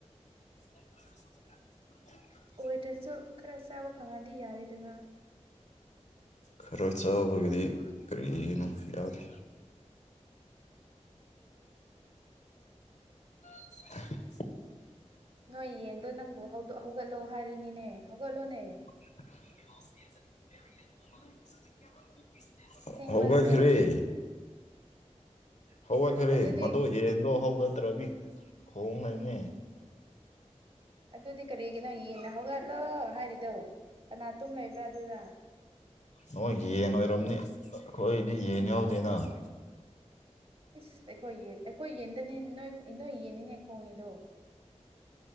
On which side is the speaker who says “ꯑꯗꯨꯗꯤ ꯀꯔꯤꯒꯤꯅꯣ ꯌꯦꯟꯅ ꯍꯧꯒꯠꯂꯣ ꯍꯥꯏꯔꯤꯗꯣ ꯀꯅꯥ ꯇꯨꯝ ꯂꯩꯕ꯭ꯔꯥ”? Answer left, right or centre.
Right